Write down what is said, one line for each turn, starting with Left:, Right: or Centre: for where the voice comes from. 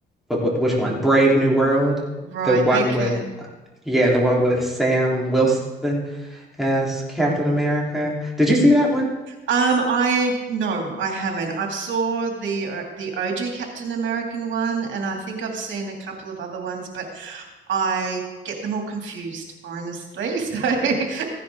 Centre: But wh- which one? Brave New World,
Right: Right.
Centre: the one
Right: Okay.
Centre: with, uh, yeah, the one with Sam Wilson. as Captain America. Did you see that one?
Right: Um, I no, I haven't. I've saw the uh, the OG Captain American one, and I think I've seen a couple of other ones, but I get them all confused, honestly. <laughs> So <laughs>